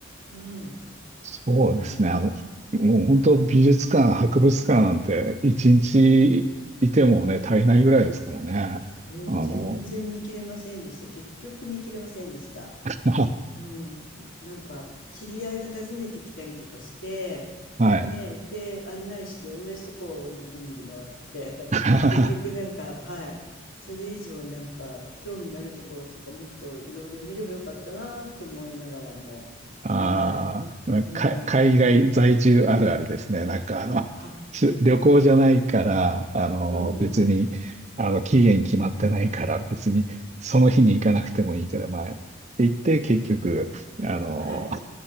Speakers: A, on the left; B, on the right.
A: うん、
B: そうですね。
A: はい。
B: あの、もう本当美術館、博物館なんて一日いてもね、足りないぐらいですからね。
A: もう全然見切れませんでした。
B: あの、
A: 結局見切れませんでした。
B: <laughs>
A: うん、なんか知り合いが訪ねてきたりとかして、
B: はい。
A: ね、で案内して同じとこをぐるぐる回って
B: <laughs>
A: <laughs> 結局なんかはいそれ以上なんか興味のあるところとかもっといろいろ見ればよかったなと思いながらもはい
B: あーか、
A: うんね
B: 海外在住あるあるですね。なんかあの、
A: あ
B: し旅行じゃないから、あの、
A: うんうん
B: 別に、あの、期限決まってないから、別にその日に行かなくてもいいから、まあ、って言って、結局、あの、
A: はい